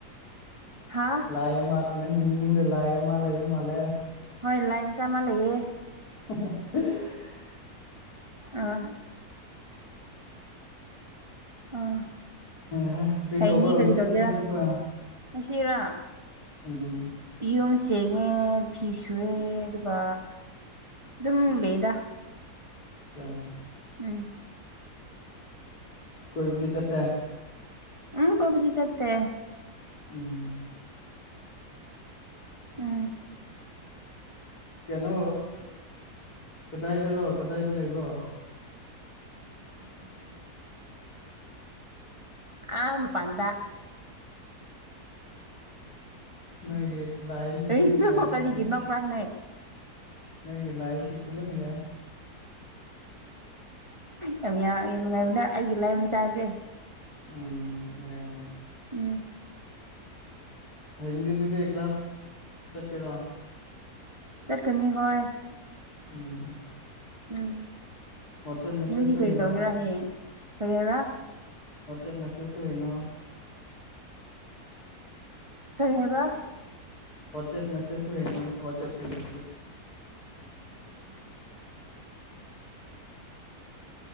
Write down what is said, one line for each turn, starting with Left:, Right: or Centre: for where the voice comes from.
Right: ꯍꯥ
Left: ꯂꯥꯏ ꯑꯃ ꯅꯪꯒꯤ ꯃꯅꯤꯡꯗ ꯂꯥꯏ ꯑꯃ ꯂꯩꯕ ꯃꯥꯜꯂꯦ
Right: ꯍꯣꯏ ꯂꯥꯏ ꯃꯆꯥ ꯑꯃ ꯂꯩꯌꯦ
Left: ꯍꯁ
Right: ꯑꯥ ꯑꯥ
Left: ꯍꯌ ꯀꯔꯤ
Right: ꯍꯌꯦꯡꯗꯤ
Left: ꯇꯧꯕ꯭ꯔꯣ
Right: ꯀꯔꯤ
Left: ꯉꯁꯤ
Right: ꯇꯧꯒꯦꯔꯥ
Left: ꯅꯨꯡꯊꯤꯟ ꯆꯨꯞꯄ
Right: ꯉꯁꯤꯔꯥ
Left: ꯎꯝ
Right: ꯌꯨꯝ ꯁꯦꯡꯏ ꯪꯉꯦ ꯐꯤ ꯁꯨꯑꯦ ꯑꯗꯨꯒ ꯑꯗꯨꯝ ꯂꯩꯕꯗ
Left: ꯑꯆꯥ
Right: ꯎꯝ
Left: ꯀꯣꯏꯕꯗꯤ ꯆꯠꯇꯦ
Right: ꯎꯝ ꯀꯣꯕꯗꯤ ꯆꯠꯇꯦ
Left: ꯎꯝ
Right: ꯎꯝ
Left: ꯀꯩꯅꯣ ꯀꯗꯥꯏꯗꯔꯣ ꯀꯗꯥꯏꯗ ꯂꯩꯕ꯭ꯔꯣ
Right: ꯁꯅꯦꯛ ꯑꯥ ꯃꯄꯥꯟꯗ
Left: ꯅꯣꯏꯒꯤ ꯂꯥꯏꯁꯤꯗꯤ
Right: ꯀꯔꯤꯅꯣ
Left: ꯌꯥꯔꯦ
Right: ꯀꯔꯤꯒꯤ
Left: ꯌꯥꯔꯦ
Right: ꯅꯣꯛꯄ꯭ꯔꯥ ꯅꯣꯏ
Left: ꯅꯪꯒꯤ ꯂꯥꯏꯁꯤ ꯐꯖꯅ ꯌꯥꯏ
Right: ꯌꯥꯝ ꯌꯥꯝ ꯅꯨꯡꯉꯥꯏꯕꯅꯦ ꯑꯩꯒꯤ ꯂꯥꯏ ꯃꯆꯥꯁꯦ
Left: ꯎꯝ ꯌꯥꯏ ꯌꯥꯏ
Right: ꯎꯝ
Left: ꯍꯌꯦꯡꯗꯤ ꯑꯗꯨꯗꯤ ꯀ꯭ꯂꯥꯁ ꯆꯠꯀꯦꯔꯣ
Right: ꯆꯠꯀꯅꯤ ꯍꯣꯏ
Left: ꯎꯝ
Right: ꯎꯝ
Left: ꯋꯥꯆꯦꯞ ꯃꯦꯁꯦꯖꯁꯨ
Right: ꯅꯣꯏꯗꯤ ꯀꯔꯤ
Left: ꯌꯦꯡꯉꯣ
Right: ꯇꯧꯒꯦꯔꯥ ꯍꯌꯦꯡ ꯀꯔꯤ ꯍꯥꯏꯔꯥ
Left: ꯋꯥꯠꯁꯑꯞ ꯃꯦꯁꯦꯖꯦ ꯑꯣꯏꯉꯣ
Right: ꯇꯔꯦꯕ
Left: ꯋꯥꯠꯁꯑꯞ ꯃꯦꯁꯦꯖ ꯍꯌꯦꯣ ꯋꯥꯠꯁꯑꯞꯀꯤ ꯃꯦꯁꯦꯖ
Right: ꯃꯁꯤ